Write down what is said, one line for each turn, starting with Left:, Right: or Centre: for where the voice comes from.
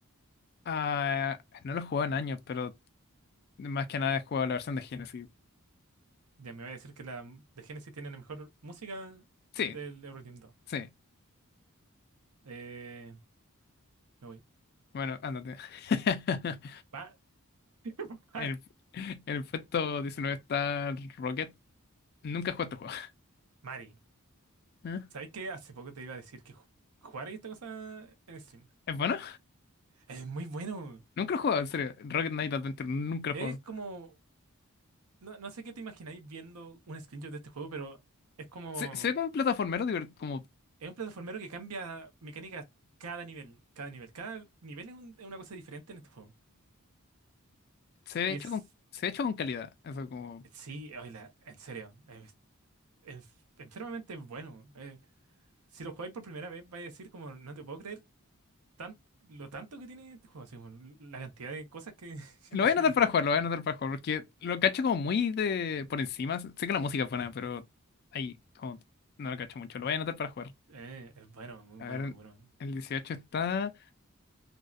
Left: Ah, no lo he jugado en años, pero más que nada he jugado la versión de Genesis.
Right: Ya me va a decir que la de Genesis tiene la mejor música
Left: Sí,
Right: del Eurogym 2.
Left: sí.
Right: Eh, me voy.
Left: Bueno, ándate. <laughs>
Right: Va, <laughs>
Left: En el, en el puesto 19 está Rocket. Nunca he jugado este
Right: Mari,
Left: juego. <laughs>
Right: ¿sabéis que hace poco te iba a decir que ju- jugar esta cosa en stream?
Left: ¿Es bueno?
Right: Es muy bueno.
Left: Nunca lo he jugado, en serio. Rocket Knight Adventure, nunca lo
Right: Es
Left: he jugado.
Right: como. No, no sé qué te imagináis viendo un screenshot de este juego, pero es como.
Left: Se, se ve como un plataformero divertido, como
Right: Es un plataformero que cambia mecánicas cada nivel, cada nivel. Cada nivel es, un- es una cosa diferente en este juego.
Left: se ve
Right: Y
Left: hecho
Right: es,
Left: con, se ve hecho con calidad. Eso como.
Right: sí, oíla, en serio, es, es enfermamente bueno. Eh, si lo jugáis por primera vez, vais a decir como, no te puedo creer tan, lo tanto que tiene este juego, así como la cantidad de cosas que, <laughs>
Left: Lo
Right: que tiene.
Left: voy a anotar para jugar, lo voy a anotar para jugar, porque lo cacho como muy de por encima. Sé que la música es buena, pero ahí como no lo cacho mucho. Lo voy a anotar para jugar.
Right: Eh, es bueno, muy
Left: A
Right: bueno,
Left: ver,
Right: muy bueno.
Left: el 18 está.